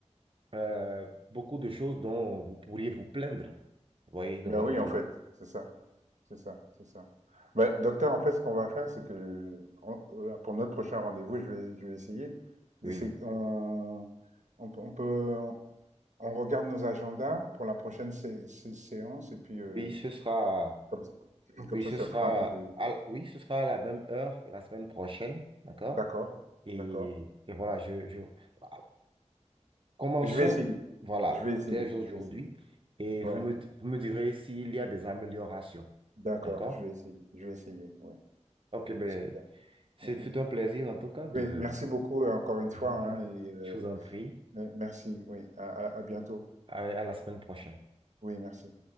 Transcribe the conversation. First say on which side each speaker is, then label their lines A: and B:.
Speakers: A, on the right (about 50°); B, on the right (about 80°).
A: euh, beaucoup de choses dont vous pourriez vous plaindre, vous voyez, dans
B: Ben
A: votre
B: oui,
A: vie.
B: en fait, c'est ça, c'est ça, c'est ça. ben docteur, en fait, ce qu'on va faire, c'est que on heu, pour notre prochain rendez-vous, je vais je vais essayer d'essayer
A: Oui.
B: on on peut on peut on regarde nos agendas pour la prochaine sé sé séance et puis, heu,
A: Oui, ce sera,
B: comme ça comme
A: oui,
B: ça,
A: ce
B: ça
A: sera,
B: fera un peu des
A: à, l- oui, ce sera à la même heure la semaine prochaine, d'accord?
B: d'accord,
A: Et,
B: d'accord.
A: et voilà, je, je, ah, commençons,
B: Je vais essayer.
A: voilà,
B: Je vais essayer.
A: dès aujourd'hui,
B: Je vais essayer.
A: et vous
B: Ouais.
A: me, vous me direz s'il y a des améliorations,
B: D'accord.
A: d'accord?
B: Je vais essayer. Je vais essayer. Ouais.
A: Ok, ben,
B: Super.
A: c'est
B: Euh,
A: fut un plaisir en tout cas de,
B: oui. Merci beaucoup euh, encore une fois. hein,
A: <laughs>
B: et euh,
A: je vous en prie,
B: euh, merci. Oui. à à- à bientôt.
A: à à la semaine prochaine.
B: Oui. Merci.